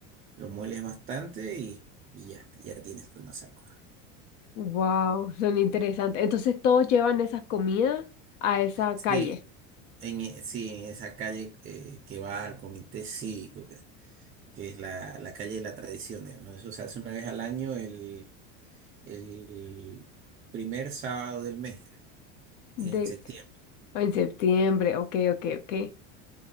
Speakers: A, on the right; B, on the left.
A: lo mueles bastante y, y ya, ya tienes tu masaco.
B: wow, son interesantes. Entonces todos llevan esas comidas a esa
A: Sí,
B: calle
A: en, e- sí, en esa calle eh, que va al comité cívico. que es la, la calle de la tradición, digamos, ¿no? Eso se hace una vez al año, el, el primer sábado del mes,
B: de
A: en septiembre.
B: en septiembre. Ok, ok, ok.